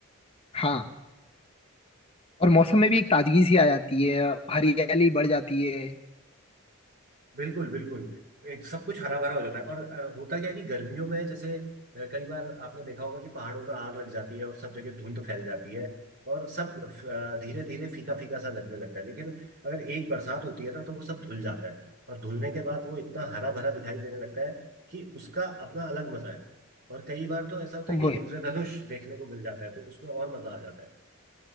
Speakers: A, on the left; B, on the right.
A: हाँ और मौसम में भी एक ताजगी सी आ जाती है हरियाली बढ़ जाती है
B: बिल्कुल बिल्कुल एक सब कुछ हरा भरा हो जाता है और अ, होता क्या है कि गर्मियों में जैसे अ, कई बार आपने देखा होगा कि पहाड़ों में आग लग जाती है और सब जगह धुंध फैल जाती है और सब धीरे धीरे फीका फीका सा लगने लगता है लेकिन अगर एक बरसात होती है ना तो वो सब धुल जाता है और धुलने के बाद वो इतना हरा भरा दिखाई देने लगता है कि उसका अपना अलग मजा है और कई बार तो ऐसा होता
A: वही
B: है कि इंद्रधनुष देखने को मिल जाता है तो उसमें और मजा आ जाता है